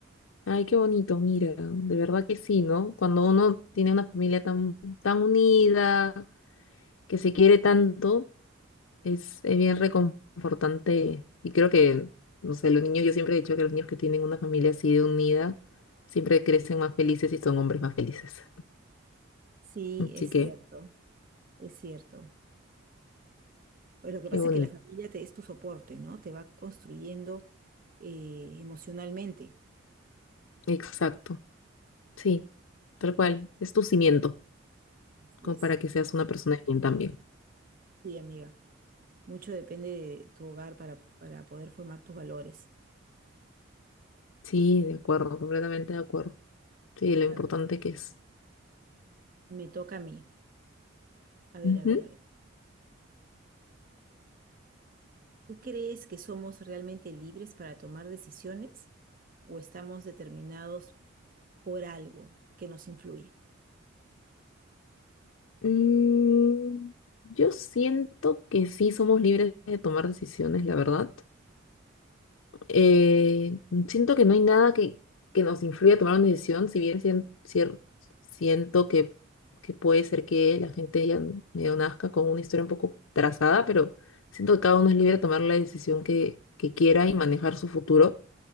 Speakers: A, on the left; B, on the right.
A: Ay, qué bonito, mira, de verdad que sí, ¿no? Cuando uno tiene una familia tan, tan unida, que se quiere tanto, es, es bien reconfortante. Y creo que, no sé, los niños, yo siempre he dicho que los niños que tienen una familia así de unida, siempre crecen más felices y son hombres más felices.
B: Sí,
A: Así
B: es
A: que,
B: cierto, es cierto. Pues lo que
A: qué
B: pasa
A: bonito.
B: es que la familia te, es tu soporte, ¿no? Te va construyendo eh, emocionalmente.
A: Exacto. Sí, tal cual. Es tu cimiento,
B: Así
A: como
B: es.
A: para que seas una persona bien también.
B: Sí, amiga. Mucho depende de tu hogar para, para poder formar tus valores.
A: Sí, de acuerdo, completamente de acuerdo. Sí, lo importante
B: A ver.
A: que es.
B: Me toca a mí. A ver,
A: Ujú.
B: a ver, a ver. ¿Tú crees que somos realmente libres para tomar decisiones o estamos determinados por algo que nos influye?
A: Mm, yo siento que sí somos libres de tomar decisiones, la verdad. Eh, siento que no hay nada que, que nos influya a tomar una decisión, si bien sien- cier- siento que, que puede ser que la gente ya medio nazca con una historia un poco trazada, pero siento que cada uno es libre de tomar la decisión que, que quiera y manejar su futuro